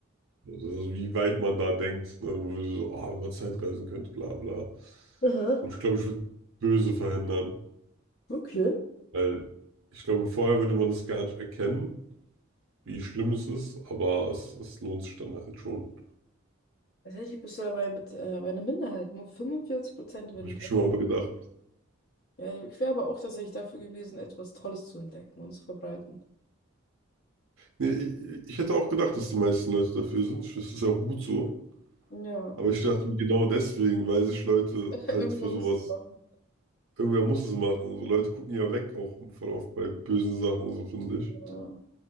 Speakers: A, on the right; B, on the left.
A: Also, also wie weit man da denkt, ne? Man würde so, ah, wenn man Zeitreisen könnte, bla bla.
B: Aha.
A: Und ich glaube, ich würde böse verhindern,
B: Okay.
A: weil ich glaube, vorher würde man es gar nicht erkennen, wie schlimm es ist, aber es, es lohnt sich dann halt schon.
B: Tatsächlich bist du dabei mit äh, bei einer Minderheit. Nur 45% würden
A: Habe ich
B: das
A: mir schon mal
B: tun.
A: aber gedacht.
B: Ja, ich wäre aber auch tatsächlich dafür gewesen, etwas Tolles zu entdecken und zu verbreiten.
A: Nee, ich, ich hätte auch gedacht, dass die meisten Leute dafür sind. Ich- Das ist ja auch gut so.
B: Ja, mein-
A: Aber ich dachte mir genau deswegen, weil sich Leute
B: <laughs> irgendwer
A: halt vor
B: muss
A: sowas,
B: es machen.
A: irgendwer muss es machen. So Leute gucken ja weg, auch voll oft bei bösen Sachen, so finde ich.
B: Ja.